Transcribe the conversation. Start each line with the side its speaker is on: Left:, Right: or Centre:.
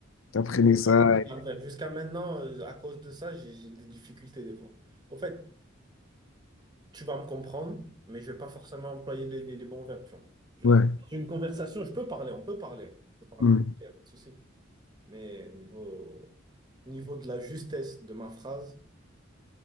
Left: T'apprenais ça.
Right: vraiment
Left: et-
Right: un calvaire. Jusqu'à maintenant, euh, à cause de ça, j'ai j'ai des difficultés des fois. Au fait, tu vas me comprendre, mais je ne vais pas forcément employer les, les- les bons verbes, tu vois. Je-
Left: Ouais.
Right: dans une conversation, je peux parler, on peut parler. On peut parler
Left: Mm.
Right: en anglais, y a pas de souci. Mais niveau, niveau de la justesse de ma phrase.